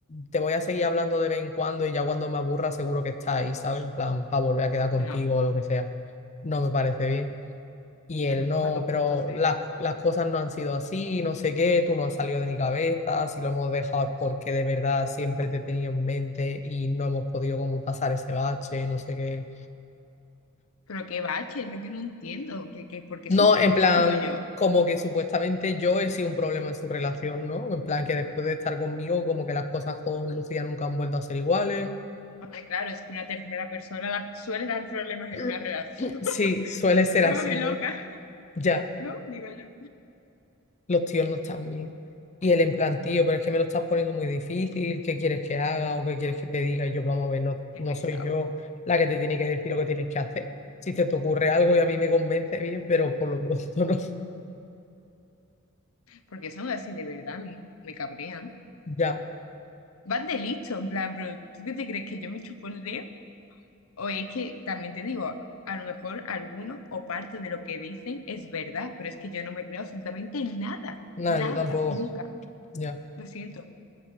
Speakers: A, on the left; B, on the left.
A: te voy a seguir hablando de vez en cuando y ya cuando me aburra seguro que está ahí, ¿sabes? En plan, para volver a quedar contigo
B: no,
A: o lo que sea. No me parece bien. Y él
B: es el
A: no,
B: Moja dos
A: pero
B: punto cero.
A: las, las cosas no han sido así, no sé qué, tú no has salido de mi cabeza, si lo hemos dejado es porque de verdad siempre te he tenido en mente y no hemos podido como pasar ese bache, no sé qué.
B: Pero qué bache, es lo que no entiendo. ¿Qué, qué, por qué
A: No,
B: se inventan
A: en plan,
B: rollos?
A: como que supuestamente yo he sido un problema en su relación, ¿no? En plan que después de estar conmigo, como que las cosas con Lucía nunca han vuelto a ser iguales.
B: Hombre, claro, es que una tercera persona da- suele dar problemas
A: <clears throat>
B: en una relación.
A: Sí,
B: <laughs>
A: suele ser
B: Llámame
A: así,
B: loca,
A: ¿no? Ya.
B: ¿no? Digo yo.
A: los tíos no están bien. Y él en plan, tío, pero es que me lo estás poniendo muy difícil, ¿qué quieres que haga o qué quieres que te diga? Y yo, vamos a ver, no,
B: Qué
A: no
B: pesado.
A: soy yo la que te tiene que decir lo que tienes que hacer. Si se te ocurre algo y a mí me convence bien, pero por lo pronto no. <laughs>
B: Porque son así de verdad, me, me cabrean.
A: Ya,
B: Van de listo, en plan, pero ¿tú qué te crees que yo me chupo el dedo? O es que también te digo, a lo mejor alguno o parte de lo que dicen es verdad, pero es que yo no me creo absolutamente nada,
A: nada,
B: nada,
A: yo tampoco.
B: nunca.
A: Ya,
B: Lo siento,